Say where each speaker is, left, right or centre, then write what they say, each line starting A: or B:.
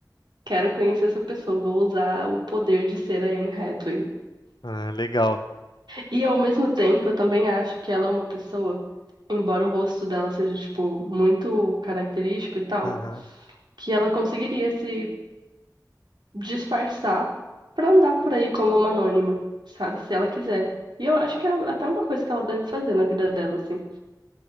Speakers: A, on the right (about 85°); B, on the left (about 80°).
A: quero conhecer essa pessoa, vou usar o poder de ser a Anne Hathaway.
B: Ah, legal.
A: E ao mesmo tempo, eu também acho que ela é uma pessoa, embora o rosto dela seja, tipo, muito característico e tal,
B: Aham.
A: que ela conseguiria se disfarçar pra andar por aí como uma anônima, sabe? Se ela quiser. E eu acho que é até uma coisa que ela deve fazer na vida dela, assim,